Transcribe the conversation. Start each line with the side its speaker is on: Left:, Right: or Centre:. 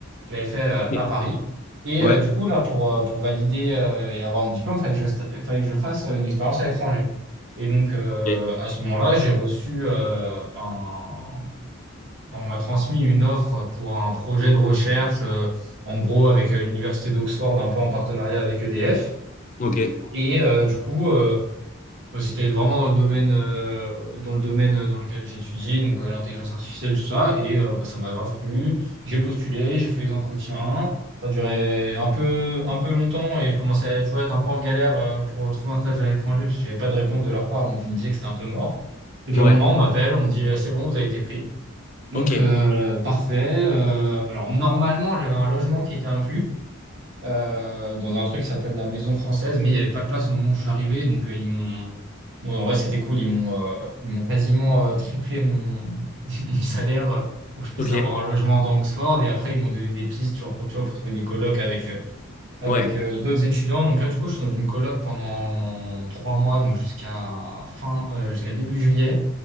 Right: je l'avais fait euh,
Left: Ok.
Right: à Paris. Et
Left: Ouais,
Right: euh, du coup, là, pour, euh, pour valider euh, et avoir mon diplôme, il fallait que je, sta- fallait que je fasse euh, une expérience à l'étranger. Et donc, euh,
Left: ok.
Right: à ce moment-là, j'ai reçu euh, un enfin, on m'a transmis une offre pour un projet de recherche, euh, en gros avec euh, l'université d'Oxford, un peu en partenariat avec EDF.
Left: ok.
Right: Et euh, du coup, euh, bah, c'était vraiment dans le domaine, euh, dans le domaine dans lequel j'étudiais, donc euh, l'intelligence artificielle, tout ça. Et euh, bah, ça m'a grave plu. J'ai postulé, j'ai fait les entretiens. Ça a duré un peu, un peu longtemps et je commençais à, tu vois, être un peu en galère euh, pour trouver un stage à l'étranger parce que j'avais pas de réponse de leur part, donc je me disais que c'était un peu mort. Et puis
Left: Ouais,
Right: à un moment, on m'appelle, on me dit, euh, c'est bon, vous avez été pris. Donc,
Left: ok.
Right: euh, parfait. Euh, alors, normalement, j'avais un logement qui était inclus euh, dans un truc qui s'appelle la Maison Française, mais il n'y avait pas de place au moment où je suis arrivé. Donc, euh, ils m'ont. bon, en vrai, c'était cool. Ils m'ont euh, ils m'ont quasiment euh, triplé mon, <laughs> mon salaire euh, pour que je puisse
Left: Ok.
Right: avoir un logement dans Oxford. Et après, ils m'ont donné des pistes tu vois, pour, tu vois, pour trouver des colocs avec, euh, avec
Left: Ouais,
Right: euh, d'autres étudiants. Donc, là, du coup, je suis dans une coloc pendant trois mois, donc jusqu'à fin, euh, jusqu'à début juillet